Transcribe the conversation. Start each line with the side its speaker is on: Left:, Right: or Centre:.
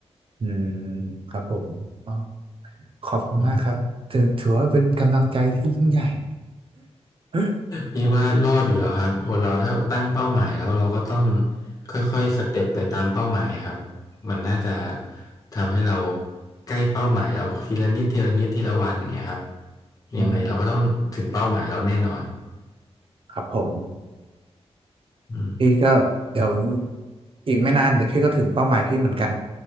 Right: อืมครับผมอ๋อขอบคุณมากครับถือถือว่าเป็นกำลังใจที่ยิ่งใหญ่
Left: อืม
Right: อ
Left: พี่ว่ารอดอยู่แล้วครับคนเราถ้าตั้งเป้าหมายแล้วเราก็ต้องค่อยๆสเต็ปไปตามเป้าหมายครับมันน่าจะทำให้เราใกล้เป้าหมายเราทีละนิดทีละนิดทีละวันอย่างเงี้ยครับ
Right: ืม
Left: ยังไงเราก็ต้องถึงเป้าหมายเราแน่นอน
Right: ครับผม
Left: อืม
Right: พี่ก็เดี๋ยวอีกไม่นานเดี๋ยวพี่ก็ถึงเป้าหมายพี่เหมือนกัน